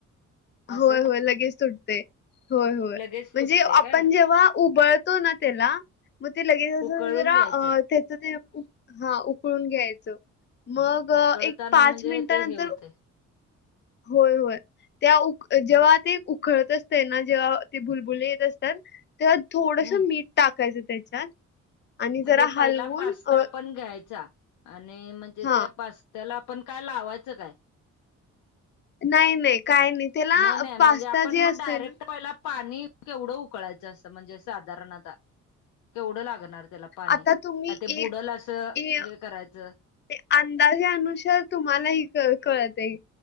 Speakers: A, on the left (about 90°); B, on the left (about 35°).
A: असं
B: होय होय लगेच तुटतंय होय होय
A: लगेच
B: म्हणजे
A: तुटते
B: आपण
A: काय
B: जेव्हा उबळतो ना त्याला मग ते लगेच अस
A: उकळून
B: जरा
A: घ्यायचं
B: त्याच ते हा उकळून घ्यायचं. मग
A: उकळताना
B: एक पाच
A: म्हणजे
B: मिनिटानंतर
A: ते हे होते
B: होय होय त्या जेव्हा ते उखळत असत ना जेव्हा ते भुलबुले येत असतात. तेव्हा थोडस
A: हम्म
B: मीठ टाकायचं त्याच्यात आणि
A: म्हणजे
B: जरा
A: पहिला
B: हलवून
A: पास्ता
B: अ
A: आपण घ्यायचा. आणि म्हणजे
B: हा
A: त्या पास्त्याला आपण काय लावायचं काय
B: नाही नाही काय नाही. त्याला
A: नाही नाही
B: पास्ता
A: म्हणजे आपण
B: जे
A: मग
B: असतोय
A: डायरेक्ट
B: ना
A: पहिला पाणी केवढं उकळायचं असतं, म्हणजे साधारण आता केवढं लागणार. त्याला पाने
B: आता तुम्ही
A: काय ते बुडल
B: एक
A: असं
B: ए
A: हे करायचं.
B: ते अंदाजानुसार तुम्हाला ही कळ-कळतय.